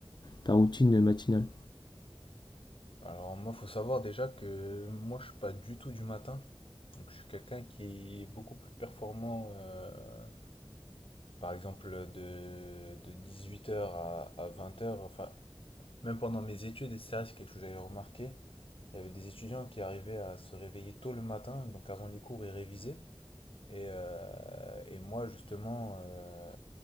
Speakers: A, on the left (about 50°); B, on the left (about 70°).
A: ta routine matinale?
B: Alors moi, faut savoir déjà que moi, je suis pas du tout du matin. Donc je suis quelqu'un qui est beaucoup plus performant, euh, par exemple, de, de dix-huit heures à, à vingt heures. Enfin, même pendant mes études, et ça, c'est quelque chose que j'avais remarqué. Il y avait des étudiants qui arrivaient à se réveiller tôt le matin, donc avant les cours, ils révisaient. Et, euh, et moi, justement, euh,